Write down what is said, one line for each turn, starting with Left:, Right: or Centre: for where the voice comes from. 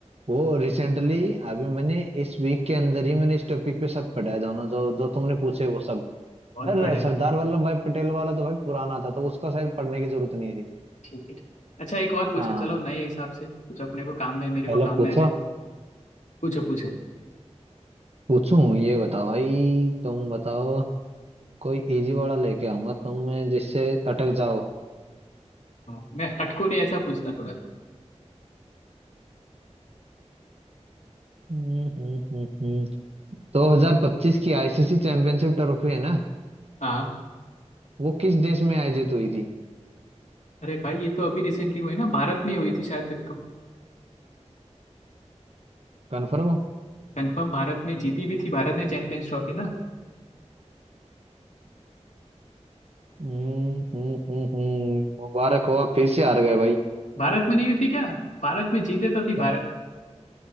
Right: वो रिसेंटली अभी मैंने इस वीक के अंदर ही मैंने इस टॉपिक पे सब पढ़ा है दोनों जो जो तुमने पूछे वो सब
Left: बहुत
Right: अरे
Left: बढ़िया
Right: सरदार वल्लभ भाई पटेल वाला तो भाई पुराना था तो उसका शायद पढ़ने की जरूरत नहीं थी
Left: ठीक है ठीक अच्छा एक और पूछो
Right: हाँ
Left: चलो नए हिसाब से कुछ अपने को काम में मेरे को
Right: चलो
Left: काम
Right: पूछो
Left: में आ जाए पूछो पूछो
Right: पूछूं ये बताओ भाई तुम बताओ कोई इजी वाला लेके आऊंगा तुम जिससे अटक जाओ
Left: हाँ मैं अटकू नहीं ऐसा पूछना थोड़ा
Right: हम्म हम्म हम्म हम्म। दो हजार पच्चीस की आईसीसी चैंपियनशिप ट्रॉफी है ना
Left: हाँ
Right: वो किस देश में आयोजित हुई थी
Left: अरे भाई ये तो अभी रिसेंटली हुई ना भारत में हुई थी शायद तक
Right: कंफर्म हो
Left: कंफर्म भारत में जीती भी थी भारत ने चैंपियंस ट्रॉफी ना
Right: हम्म हम्म हम्म हम्म, मुबारक हो आप फिर से हार गए
Left: भारत में नहीं हुई थी क्या भारत में जीते तो थी भारत
Right: भाई